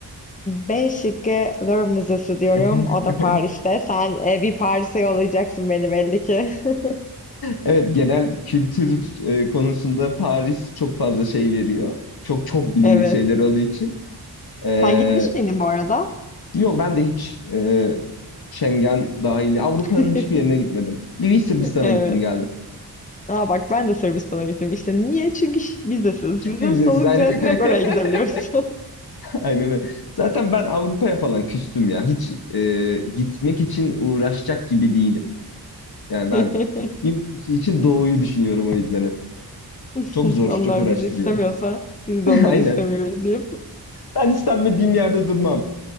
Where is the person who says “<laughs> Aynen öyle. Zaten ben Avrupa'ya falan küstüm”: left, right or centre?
Left